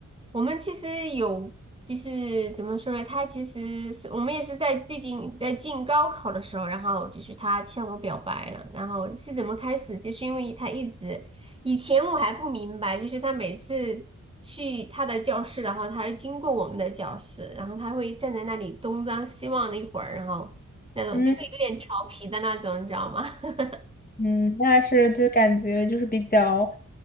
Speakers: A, on the right; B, on the left.
A: 我们其实有，就是怎么说呢？他其实是我们也是在最近在进高考的时候，然后就是他向我表白了。然后是怎么开始？就是因为他一直以前我还不明白，就是他每次去他的教室，然后他会经过我们的教室，然后他会站在那里东张西望的一会儿，然后那种就是有点调皮的那种，
B: 嗯。
A: 你知道吗？<laughs>
B: 嗯，那是就感觉就是比较，